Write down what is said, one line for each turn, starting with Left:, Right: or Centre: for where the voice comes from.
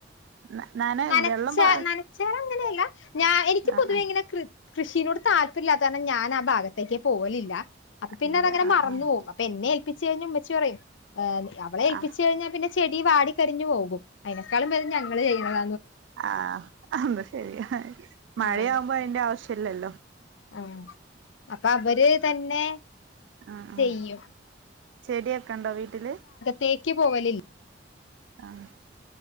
Right: <inaudible>
Left: നനച്ചാ
Right: പ
Left: നനച്ചാർ അങ്ങനെയല്ല. ഞാൻ എനിക്ക്
Right: ആഹ്
Left: പൊതുവെ
Right: ആഹ്
Left: ഇങ്ങനെ കൃ കൃഷീിനോട് താല്പര്യം ഇല്ലാത്ത കാരണം ഞാൻ ആ ഭാഗത്തേക്ക് പോകലില്ല. അപ്പൊ പിന്നെ
Right: ഇല്ല
Left: അങ്ങനെ
Right: ആഹ്
Left: മറന്ന
Right: ആഹ്
Left: പോവും അപ്പൊ എന്നെ ഏൽപ്പിച്ച് കഴിഞ്ഞും വെച്ച് പറയുംഏ് അവളെഏൽപ്പിച്ചച്ച്
Right: ആഹ്
Left: കഴിഞ്ഞാൽ പിന്നെ ചെടി വാടി കരിഞ്ഞു പോകും അതിനെക്കാളും വര ഞങ്ങള് ചെയ്യുന്നത
Right: ആഹ് അത് ശരിയാ മഴയാവുമ്പോ
Left: ആഹ്
Right: അതിന്റെ ആവശ്യ ല്ലല്ലോ.
Left: ആഹ് അപ്പൊ അവര് തന്നെ
Right: ആഹ് ആഹ്
Left: ചെയ്യും.
Right: ചെടിയൊക്കെ ണ്ടോ വീട്ടില്?
Left: തേക്ക് പോകലി
Right: ആഹ്